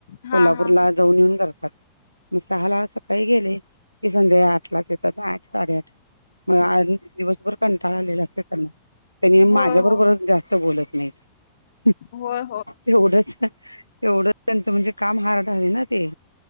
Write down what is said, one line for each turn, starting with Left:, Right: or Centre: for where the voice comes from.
Left: हा
Right: कोल्हापूरला
Left: हा
Right: जाऊन येऊन करतात म सहाला सकाळी गेले की संध्याकाळी आठ लाच येत आठ साडेआठ म आले की दिवसभर कंटाळ आलेला असतय त्यांना त्यांनी
Left: होय
Right: माझ्या बरोबरच
Left: हो
Right: जास्त बोलत नाहीत
Left: होय
Right: एवढच एवढच त्यांचं म्हणजे काम हार्ड हाय ना ते